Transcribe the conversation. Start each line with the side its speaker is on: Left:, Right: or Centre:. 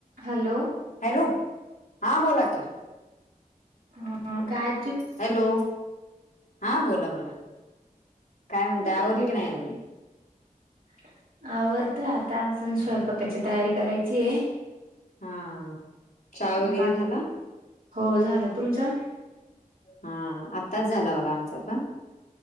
Right: हॅलो.
Left: हॅलो हां बोलाकी.
Right: ह ह काय
Left: हॅलो हा बोला बोला काय म्हणतय
Right: कुठे
Left: आवरली
Right: राहता
Left: की नाही अजून?
Right: <inaudible> आवरतय आता अजून स्वयंपाकाची तयारी करायची आहे.
Left: हा चहा वगैरे
Right: बाकी
Left: झाला?
Right: हो झालं तुमचा
Left: हा आत्ताच झाला बघा आमचं पण.